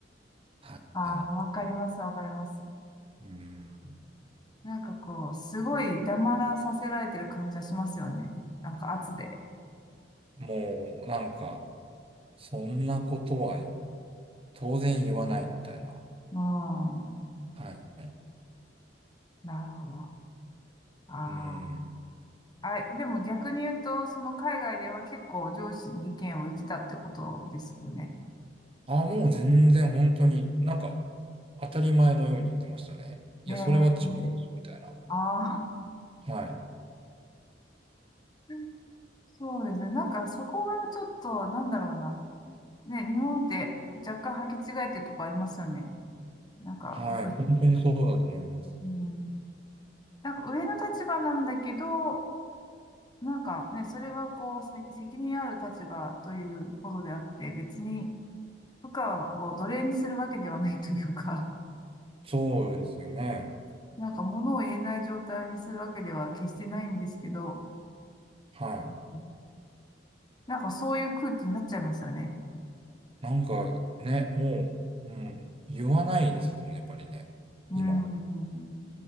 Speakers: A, on the right (about 30°); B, on the left (about 25°).
A: はい。
B: あー、
A: はい。
B: わかります、わかります。
A: うん。
B: なんかこう、すごい黙らさせられてる感じはしますよね。なんか圧で。
A: もうなんか、そんなことは当然言わないみたいな。
B: うん。
A: はい。
B: なるほど。ああ。
A: うん。
B: あれ、でも逆に言うと、その海外では結構上司に意見を言ってたってことですよね。
A: あ、もう全然本当に、なんか当たり前のように言ってましたね。いや、
B: ねえ。
A: それは違うでしょ、みたいな。
B: ああ。
A: はい。
B: <laughs> そうですね。なんかそこがちょっと、なんだろうな。ね、日本って若干履き違えてるとこありますよね。なんか、
A: はい。
B: うん。
A: 本当にそうだと思います。
B: うんなんか上の立場なんだけど、なんかね、それはこう、せ責任ある立場ということであって、別に部下を奴隷にするわけではないというか、
A: そうですよね。
B: <laughs> なんか物を言えない状態にするわけでは決してないんですけど、
A: はい。
B: うんなんかそういう空気になっちゃいますよね。
A: なんかね、もう、うん。言わないですもんね、やっぱりね。
B: うん、
A: 今。
B: うん